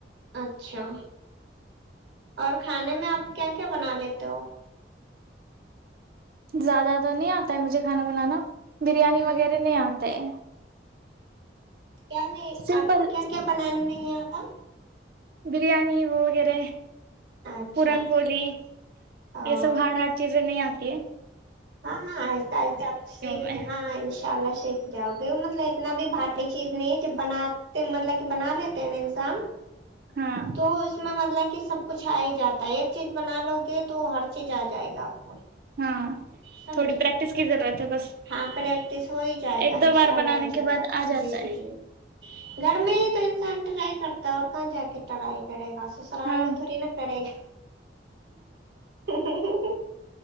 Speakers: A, on the right; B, on the right.
A: اچھا اور کھانے میں آپ کیا کیا بنا لیتے ہو
B: زیادہ تو نہیں آتا ہے مجھے کھانا بنانا بریانی
A: ہوں
B: وغیرہ نہیں آتے
A: کیا نہیں
B: سمپل
A: آپ کو کیا کیا بنانا نہیں آتا
B: بریانی وغیر
A: اچھا
B: پورن پلی
A: ہاں
B: یہ سب ہار ہارڈ چیزیں نہیں آتی کیا
A: ہاں ہاں آت آ آ سیکھ
B: میں
A: ج ہاں ان شاء اللہ سیکھ جاؤ گے مطلب اتنا بھی بھاری چیز نہیں ہے جب بناتے مطلب کہ بنا لیتے ہیں نا انسان
B: ہاں
A: تو اس میں مطلب کہ سب کچھ آ ہی جاتا ہے ایک چیز بنا لو کے تو ہر چیز آ جائے گا آپ کو
B: ہاں
A: سمجھے
B: تھوڑی پریکٹس کی ضرورت ہے بس
A: ہاں پریکٹس ہو ہی جائے
B: ایک
A: گا
B: دو
A: انشاء
B: بار
A: اللہ
B: بنانے
A: ہو جائے
B: کے بعد
A: گا
B: آ جاتا
A: جی
B: ہے
A: جی جی گھر میں ہی تو انسان ٹرائی کرتا ہے اور کہاں جا کے ٹرائی کرے گا ساسو سرال
B: ہاں
A: میں تھوڑی نا کرے گی ہ <unintelligible>